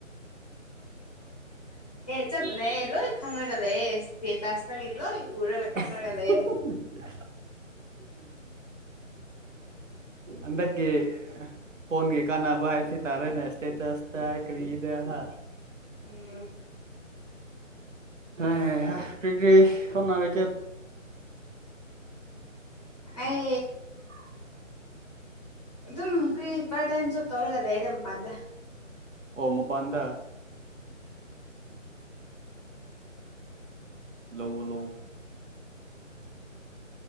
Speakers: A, on the left; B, on the right.
A: ꯆꯠꯄꯅꯦ ꯂꯣꯏ ꯇꯪꯉꯒ ꯂꯩꯌꯦ ꯏꯁꯇꯦꯇꯁꯇꯒꯤ ꯎꯔꯒ
B: <unintelligible>
A: ꯈꯪꯔꯒ ꯂꯩꯌꯦ
B: ꯍꯟꯗꯛꯀꯤ ꯐꯣꯟꯒꯤ ꯀꯥꯟꯅꯥꯕ ꯍꯥꯏ ꯇꯥꯔꯦꯅꯦ ꯏꯁꯇꯦꯇꯁ ꯀꯔꯤꯗ ꯍꯥ
A: ꯎꯝ
B: ꯍꯩꯍꯥ ꯀꯔꯤ ꯀꯔꯤ ꯍꯣꯠꯅꯕꯤ <inaudible>
A: ꯑꯩ ꯑꯗꯨꯝ ꯀꯔꯤ ꯏꯄꯥꯠ ꯇꯥꯏꯝ ꯖꯣꯞ ꯇꯧꯔꯒ ꯂꯩꯗ ꯃꯄꯥꯟꯗ
B: ꯑꯣ ꯃꯄꯥꯟꯗ ꯂꯧ ꯂꯧ